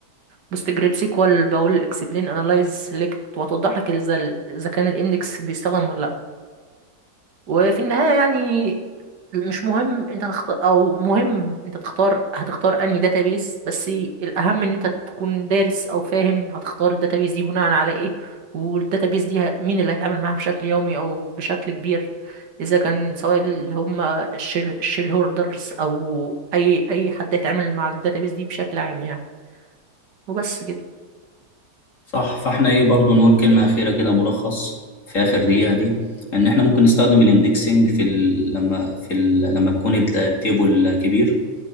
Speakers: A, on the right (about 90°); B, on the left (about 50°).
A: بوست جريد سيكوال بقول اكسبلين انالايز سيلكت وتوضح لك اذا ال- اذا كان الاندكس بيستخدم ولا لا. وفي النهاية يعني مش مهم انت تختار او مهم انت تختار هتختار انهي داتابيز بس الاهم ان انت تكون دارس او فاهم هتختار الداتابيز دي بناء على ايه والداتابيز دي ه- مين اللي هيتعامل معاها بشكل يومي او بشكل كبير اذا كان سواء اللي هم الشير الشيل هولدرز او اي اي حد هيتعامل مع الداتابيز دي بشكل عام يعني وبس كده
B: صح فاحنا ايه برضو نقول كلمه اخيره كده ملخص في اخر دقيقه دي ان احنا ممكن نستخدم الاندكسنج في ال... لما في ال... لما تكون التيبل كبير